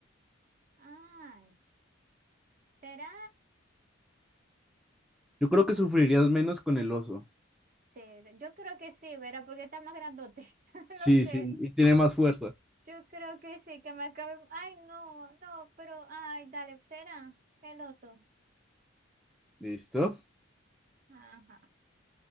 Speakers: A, on the right (about 40°); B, in the centre.
A: Ay, será.
B: yo creo
A: Ay,
B: que sufrirías menos con el oso.
A: Sí, yo creo que sí, Vera, porque está más grandote. <laughs>
B: Sí,
A: No sé,
B: sí, y tiene más fuerza.
A: yo creo que sí, que me acabe. Ay, no, no, pero, ay, dale, será el oso.
B: ¿Listo?
A: Ajá,